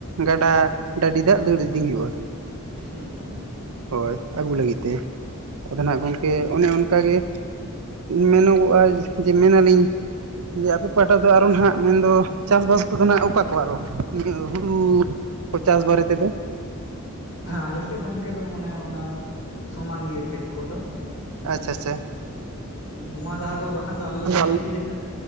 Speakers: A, on the right; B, on the left.
A: ᱜᱟᱰᱟ ᱰᱟᱹᱰᱤ ᱫᱟᱜ ᱫᱟᱹᱲ ᱤᱫᱤ ᱦᱩᱭᱩᱜᱼᱟ᱾
B: ᱦᱩᱸ
A: ᱦᱳᱭ ᱟᱹᱜᱩ ᱞᱟᱹᱜᱤᱫ ᱛᱮ᱾ ᱟᱫᱚ ᱱᱟᱜ ᱜᱚᱝᱠᱮ ᱚᱱᱮ ᱚᱱᱠᱟ ᱜᱮ ᱢᱮᱱᱚᱜᱚᱜᱼᱟ ᱡᱮ ᱢᱮᱱᱟ ᱟᱞᱤᱧ ᱡᱮ ᱟᱯᱮ ᱯᱟᱦᱴᱟ ᱫᱚ ᱟᱨᱚ ᱱᱟᱜ ᱢᱮᱱ ᱫᱚ ᱪᱟᱥᱼᱵᱟᱥ ᱠᱚ ᱫᱚ ᱦᱟᱸᱜ ᱚᱠᱟ ᱠᱚ ᱟᱨᱚ ᱱᱤᱭᱟᱹ ᱦᱩᱲᱩ ᱠᱚ ᱪᱟᱥ ᱵᱟᱨᱮ ᱛᱮ ᱫᱚ ᱾
B: ᱮ ᱟᱞᱮ ᱥᱮᱫ ᱜᱚᱝᱠᱮ ᱫᱚ ᱢᱟᱱᱮ ᱚᱱᱟ ᱥᱚᱢᱟᱱ ᱜᱮᱭᱟ ᱠᱷᱮᱛ ᱠᱚ ᱫᱚ ᱾
A: ᱟᱪᱪᱷᱟ
B: ᱦᱮᱸ
A: ᱟᱪᱪᱷᱟ
B: ᱱᱚᱣᱟ ᱫᱟᱦᱟ ᱫᱚ ᱵᱟᱠᱷᱟᱱ ᱫᱚ ᱟᱞᱮ ᱫᱚ
A: ᱦᱳᱭ
B: ᱢᱤᱱᱤ ᱛᱮ ᱜᱮ ᱞᱮ